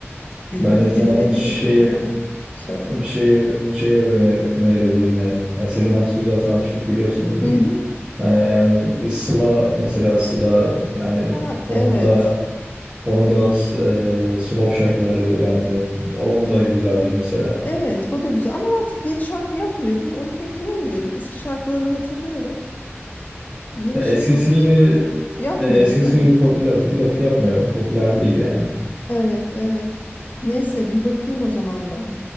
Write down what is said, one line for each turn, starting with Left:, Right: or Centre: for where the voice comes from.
Left: dilime.
Right: Ben de sana
Left: Dilime
Right: şeye
Left: değil de kulağıma. Söyle.
Right: şeye şeye öğrene- önerebilirim yani. Yani Sezen Aksu'yu zaten az çok biliyorsundur.
Left: Hı hı.
Right: Ee, yani Sıla mesela Sıla yani
Left: Ha
Right: onun
Left: evet.
Right: da onun da e, slow şarkıları yani o, o da güzeldir mesela.
Left: Evet o da güzel ama artık yeni şarkı yapmıyor değil mi? Onu pek görmüyordum. Eski şarkılarını hatırlıyorum. Yeni
Right: Ya
Left: şey
Right: eskisi
Left: yok.
Right: gibi
Left: Yapmıyor
Right: e, eskisi
Left: değil mi?
Right: gibi popüler değil. Yok yapmıyor. Popüler değil yani.
Left: Evet evet. Neyse bir bakayım o zaman ben.